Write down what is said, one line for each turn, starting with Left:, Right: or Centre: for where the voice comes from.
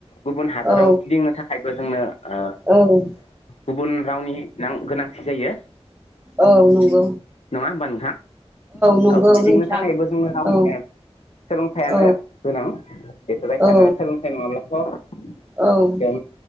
Left: गुबुन हादोराव
Right: औ
Left: गिदिंनो थाखाय बो जोंनो ओ
Right: औ
Left: गुबुन रावनि गोनां गोनांथि जायो।
Right: औ नंगौ
Left: नङा होमबा नोंथां
Right: नंगौ
Left: औ गदिंनो
Right: नोंथां
Left: थाखायबो जोंनो रावनि
Right: औ
Left: सोलोंथाइयानो
Right: औ
Left: गोनां बेफोरबायसानो
Right: औ
Left: सोलोंथाइ नङाब्लाथ
Right: औ
Left: जों